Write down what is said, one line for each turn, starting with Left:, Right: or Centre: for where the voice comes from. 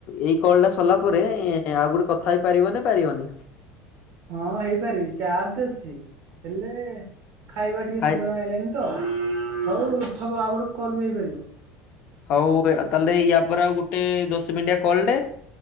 Left: ଏଇ କଲ ଟା ସରିଲା ପରେ ଆଉ ଗୋଟେ କଥା ହେଇପାରିବ ନା ପାରିବନି?
Right: ହଁ ହେଇପାରିବି ଚାର୍ଜ ଅଛି ହେଲେ ଖାଇବା ଟିକେ
Left: ଖାଇ
Right: ସମୟ ଆଇଲାଣି। ତ ହଉ ଥବ ଆଉ ଗୋଟେ କଲ ବି ନେଇପାରିବ।
Left: ହଉ ତାହେଲେ ୟା ପରେ ଆଉ ଗୁଟେ ଦଶ ମିନିଟିଆ କଲ୍ ଟେ।